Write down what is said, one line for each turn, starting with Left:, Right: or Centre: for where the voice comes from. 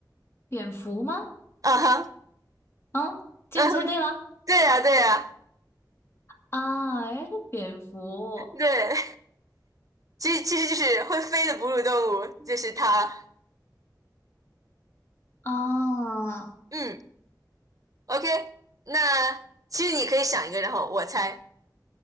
Left: 蝙蝠吗？
Right: 啊哈，
Left: 嗯，
Right: <laughs>
Left: 这样猜对了。
Right: 嗯对呀，对呀，
Left: 啊，哎，是蝙蝠
Right: 对，其实其实就是会飞的哺乳动物，就是它。
Left: 啊，
Right: 嗯，OK，那其实你可以想一个，然后我猜，